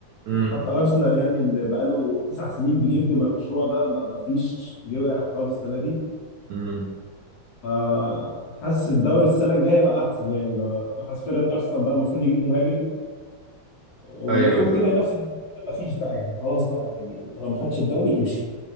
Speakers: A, on the right; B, on the left.
A: امم
B: حتى ارسنال يعني اللي بقاله تسع سنين بيبني مشروع ده ما فيش جه واقع خالص السنه دي
A: امم
B: فحاسس الدوري السنه الجايه بقى احسن يعني لو لو حاسس فرقه ارسنال بقى المفروض يجيبوا مهاجم والمفروض
A: أيوه بالظبط
B: كده ينافس على كده ما فيش بقى يعني خلاص بقى يعني انت لو ما خدش الدوري امشي